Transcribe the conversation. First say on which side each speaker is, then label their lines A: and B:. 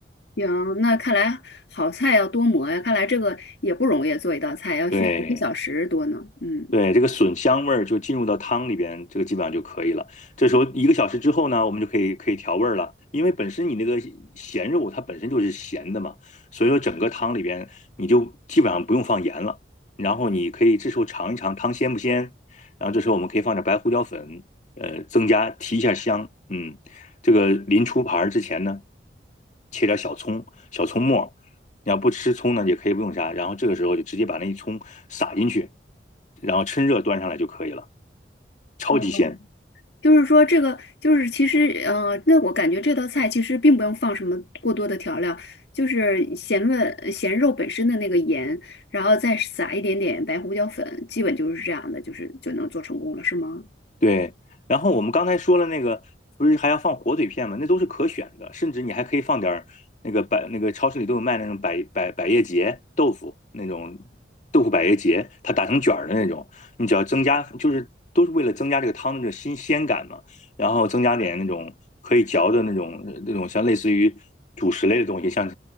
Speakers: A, on the left; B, on the left.
A: 行，那看来好菜要多磨呀，看来这个也不容易做一道菜，要需要一个小时多呢。
B: 对。
A: 嗯，
B: 对，这个笋香味儿就进入到汤里边，这个基本上就可以了。这时候一个小时之后呢，我们就可以可以调味儿了，因为本身你那个咸肉它本身就是咸的嘛，所以说整个汤里边你就基本上不用放盐了。然后你可以这时候尝一尝汤鲜不鲜，然后这时候我们可以放点白胡椒粉，呃，增加提一下香。嗯，这个临出盘儿之前呢，切点小葱、小葱末儿你要不吃葱呢，也可以不用杀，然后这个时候就直接把那一葱撒进去，然后趁热端上来就可以了，超级鲜。
A: 哦就是说这个就是其实呃，那我感觉这道菜其实并不用放什么过多的调料，就是咸味、咸肉本身的那个盐，然后再撒一点点白胡椒粉，基本就是这样的，就是就能做成功了，是吗？
B: 对，然后我们刚才说了那个，不是还要放火腿片吗？那都是可选的，甚至你还可以放点儿那个百那个超市里都有卖那种百百百叶结豆腐那种豆腐百叶结，它打成卷儿的那种，你只要增加就是都是为了增加这个汤的这个新鲜感嘛，然后增加点那种可以嚼的那种那种像类似于主食类的东西，像